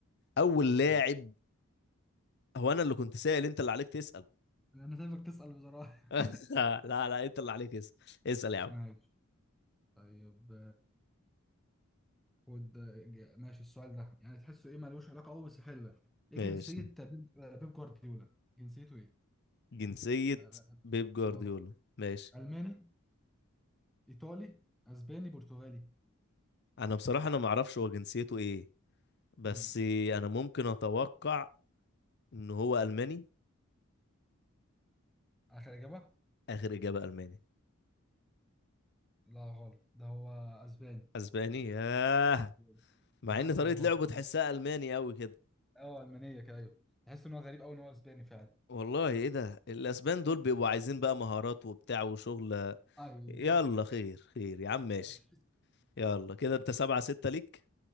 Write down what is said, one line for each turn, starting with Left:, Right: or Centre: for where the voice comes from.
Left: اول لاعب
Centre: مم.
Left: هو انا اللي كنت سائل انت اللي عليك تسأل
Centre: أنا سايبك تسأل بصراحة
Left: <laughs> لا لا انت اللي عليك اسأل اسأل يا عم
Centre: <laughs> ماشي طيب خد ج- ماشي السؤال ده يعني تحسه ايه ملوش علاقه قوي بس حلو يعني ايه
Left: ماشي
Centre: جنسيه بيب بيب جوارديولا جنسيته ايه
Left: جنسية
Centre: اه
Left: بيب جوارديولا
Centre: آه.
Left: ماشي
Centre: الماني ايطالي اسباني برتغالي
Left: انا بصراحة انا ما اعرفش هو جنسيته ايه بس
Centre: امم
Left: انا ممكن اتوقع ان هو الماني
Centre: اخر اجابه
Left: اخر اجابة الماني
Centre: لا غلط ده هو اسباني
Left: اسباني
Centre: <laughs>
Left: ياه مع
Centre: كده خمسة
Left: ان طريقه
Centre: أربعة
Left: لعبه تحسها الماني قوي كده
Centre: اه ألمانية كده أيوه تحس إن هو غريب أوي إن هو أسباني فعلا
Left: والله ايه ده الاسبان دول بيبقوا عايزين بقى مهارات وبتاع وشغل
Centre: أيوه بالظبط
Left: يلا خير خير يا عم ماشي
Centre: ماشي
Left: يلا كده انت سبعة ستة ليك